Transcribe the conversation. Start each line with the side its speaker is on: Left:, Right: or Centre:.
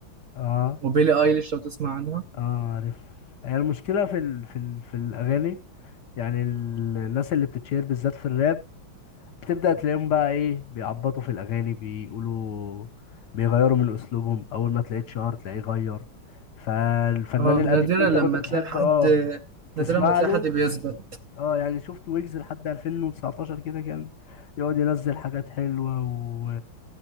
Left: اه
Right: وبيلي ايليش لو تسمع عنها
Left: اه عارف هي المشكلة في ال... في ال... في الأغاني يعني ال- الناس اللي بتتشير بالذات في الراب بتبدأ تلاقيهم بقى ايه بيعبطوا في الأغاني بيقولوا بيغيروا من أسلوبهم أول ما تلاقيه اتشهر تلاقيه غير فالفنان
Right: اه
Left: القديم
Right: نادرا
Left: اللي انت
Right: لما
Left: كنت بتحب
Right: تلاقي حد
Left: اه تسمع
Right: نادرا لما تلاقي
Left: له
Right: حد بيثبت
Left: اه يعني شفت ويجز لحد 2019 كده كان يقعد ينزل حاجات حلوة و...